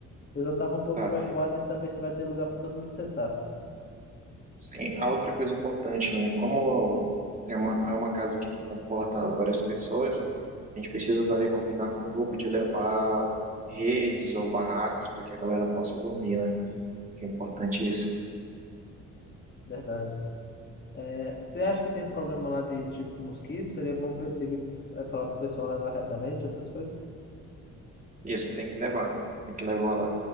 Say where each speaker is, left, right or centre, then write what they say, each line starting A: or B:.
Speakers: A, on the left (about 35°); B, on the right (about 25°).
A: Eu já tava um pouco
B: Tá.
A: preocupado de saber se vai ter lugar pra todo mundo sentar.
B: Sim, a outra coisa importante, né? Como é uma, é uma casa que não comporta várias pessoas, a gente precisa também combinar com o grupo de levar redes ou barracas para que a galera possa dormir, né? Que é importante isso.
A: Verdade. É, você acha que tem problema lá de tipo mosquito? Seria bom pe- ele, é, falar pro pessoal levar repelente, essas coisas?
B: Isso, tem que levar. Tem que levar lá.